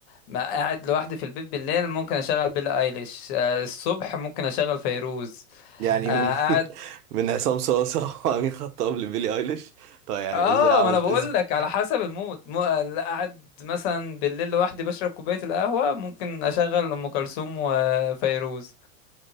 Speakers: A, on the left (about 45°); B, on the right (about 75°).
A: ما قاعد لوحدي في البيت بالليل ممكن أشغل بيلي أيليش آه، الصبح ممكن أشغل فيروز
B: يعني
A: آه،
B: من <laughs> من عصام صاصا وامين خطاب لبيلي ايليش طيب يعني
A: اه
B: ازاي عملت
A: ما انا بقول
B: <laughs>
A: لك على حسب المود م... لا قاعد مثلا بالليل لوحدي بشرب كوبايه القهوه ممكن اشغل ام كلثوم وفيروز